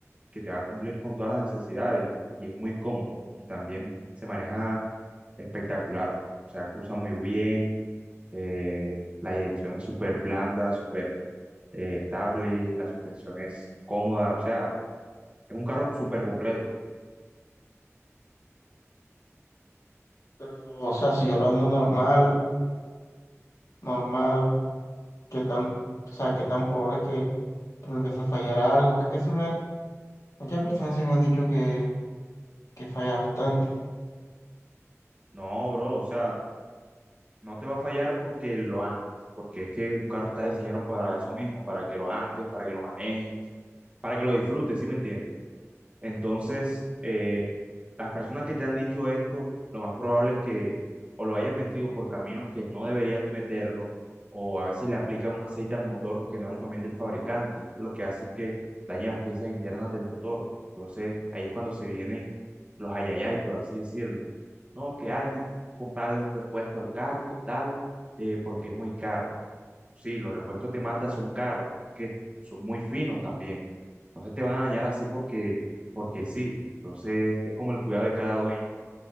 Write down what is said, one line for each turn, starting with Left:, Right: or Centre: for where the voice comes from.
Right: que te va a cumplir con todas las necesidades y, y es muy cómodo. Y también se maneja espectacular. O sea, cruza muy bien, eh, la dirección es súper blanda, súper eh, estable, la suspensión es cómoda, o sea, es un carro súper completo.
Left: Pero, o sea, si yo lo ando normal, normal, qué tan, o sea, qué tan probable es que, que me empiece a fallar algo, porque que se me, muchas personas sí me han dicho que, que falla bastante.
Right: No, bro, o sea, no te va a fallar porque lo andes, porque es que un carro está diseñado para eso mismo, para que lo andes, para que lo manejes, para que lo disfrutes, ¿sí me entiendes? Entonces,
Left: Ujú.
Right: eh, las personas que te han dicho esto, lo más probable es que o lo hayan metido por caminos que no deberían de meterlo, o a veces le aplican un aceite al motor que no recomienda el fabricante, y esto lo que hace es que dañe las piezas internas del motor. Entonces, ahí es cuando se vienen los ayayay, por así decirlo. No, que ay, me tocó comprarle un repuesto al carro, que tal, eh, porque es muy caro. Sí, los repuestos de Mazda son caros, pero es que no- son muy finos también. No se te van a dañar así porque, porque sí. Entonces es como el cuidado de cada dueño. bro.